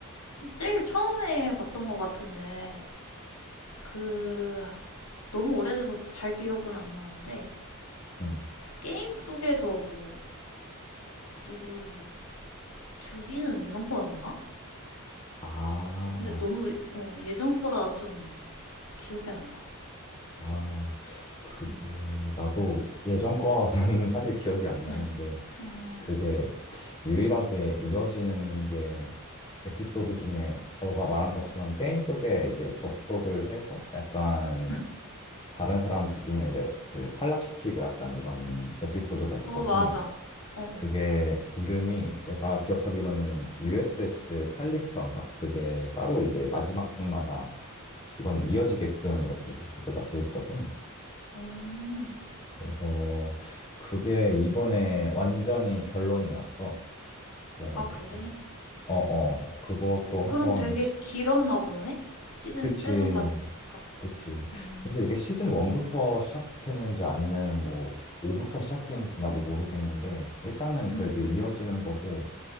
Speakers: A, on the left; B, on the left.
A: 제일 처음에 봤던 것 같은데, 그 너무 오래돼서 잘 기억은 안 나는데
B: 응.
A: 게임 속에서 뭐 누구를 죽이는 이런 거였나?
B: 아,
A: 근데 너무 어, 예전 거라 좀 기억이 안 나.
B: 아, 그게,
A: 응,
B: 나도 예전 거는 <laughs> 사실 기억이 안 나는데,
A: 응, 음,
B: 그게 유일하게 이어지는 게 에피소드 중에 너가 말한 것처럼
A: 어,
B: 게임 속에 이제 접속을 해서 약간
A: 응,
B: 다른 사람 죽이면 이제 그 탈락시키고 약간 이런 에피소드가 있거든.
A: 어 맞아. 어, 어,
B: 그게 이름이 내가 기억하기로는 USS 칼리스터인가? 그게 따로 이제 마지막 편마다 그거는 이어지게끔 이렇게 에피소드가 돼 있거든.
A: 어,
B: 그래서 그게 이번에 완전히 결론이 났어. 그래가지고.
A: 아 그래.
B: 어어 그것도 한번
A: 그럼 되게
B: 시-
A: 길었나 보네? 시즌
B: 그치
A: 7까지니까.
B: 그치
A: 음,
B: 근데 이게 시즌 1부터 시작했는지 아니면 뭐 5부터 시작했는지 나도 모르겠는데 일단은 그래도
A: 음, 음,
B: 이어지는 거고